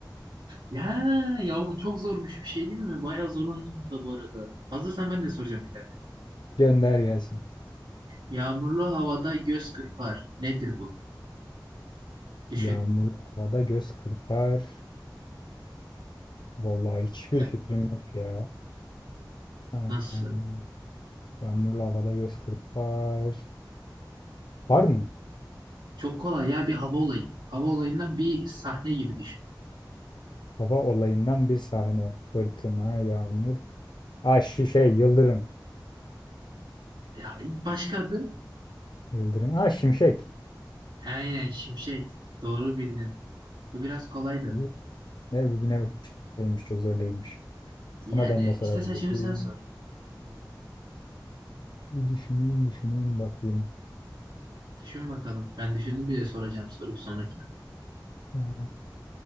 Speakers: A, on the right; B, on the left.
A: Ya, ya bu çok zormuş bir şey değil mi? Bayağı zorlandım bunda bu arada. Hazırsan ben de soracağım bir tane.
B: Gönder gelsin.
A: Yağmurlu havada göz kırpar. Nedir bu? Düşün.
B: Yağmurlu havada göz kırpar. Vallahi hiçbir
A: E,
B: fikrim yok ya. Ha,
A: nasıl?
B: Yağmurlu havada göz kırpar. Var mı?
A: Çok kolay ya bir hava olayı. Hava olayından bir sahne gibi düşün.
B: Hava olayından bir sahne. Fırtına, yağmur. Ah şi- şey, yıldırım.
A: Ya, başka adı?
B: Yıldırım. Ah şimşek.
A: He, şimşek. Doğru bildin. Bu biraz kolaydı.
B: Bu ne bugüne şeymiş çok zor değilmiş. Sana
A: Yani
B: ben de sorabilirim.
A: istersen şimdi sen sor.
B: Bir düşüneyim düşüneyim bakayım.
A: Düşün bakalım. Ben düşündüm bile soracağım soruyu sonraki.
B: Ha.